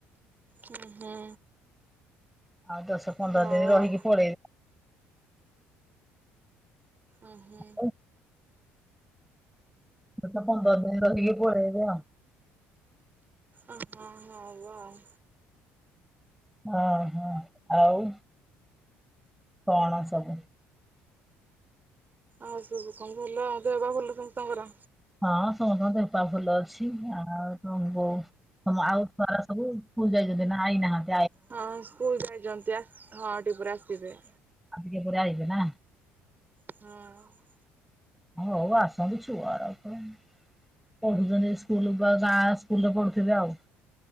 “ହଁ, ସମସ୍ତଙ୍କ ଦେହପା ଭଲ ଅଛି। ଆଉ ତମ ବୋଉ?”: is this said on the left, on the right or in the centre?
Centre